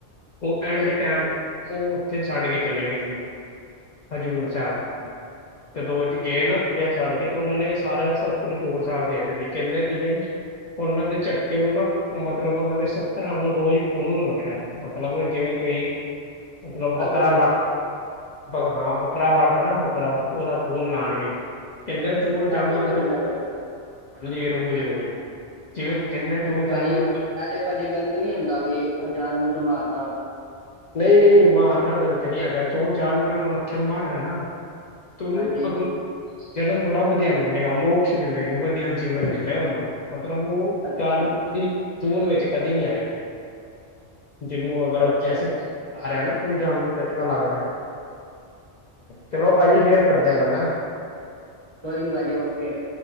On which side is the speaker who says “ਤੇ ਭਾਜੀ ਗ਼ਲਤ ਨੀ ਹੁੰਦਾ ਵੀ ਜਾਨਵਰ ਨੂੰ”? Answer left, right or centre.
Right